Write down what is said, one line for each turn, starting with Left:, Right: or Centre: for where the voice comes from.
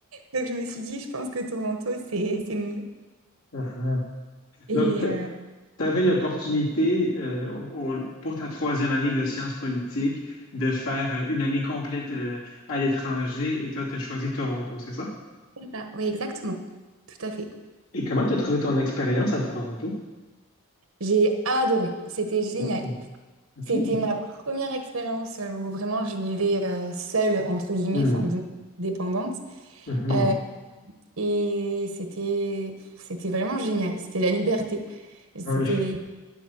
Right: donc je me suis dit, je pense que Toronto, c'est c'est mieux.
Left: Uh-huh.
Right: Et,
Left: Donc, tu
Right: euh,
Left: avais l'opportunité euh, au- au- pour ta troisième année de sciences politiques de faire euh, une année complète euh, à l'étranger et toi, tu as choisi Toronto, c'est ça?
Right: Ah, oui, exactement. Tout à fait.
Left: Et comment tu as trouvé ton expérience à Toronto?
Right: J'ai adoré, c'était génial.
Left: Ouais, OK.
Right: C'était ma première expérience euh, où vraiment je vivais euh, seule, entre guillemets,
Left: Hmm,
Right: enfin de- dépendante.
Left: mhm,
Right: Euh, et c'était c'était vraiment génial, c'était la liberté. C'était,
Left: ouais,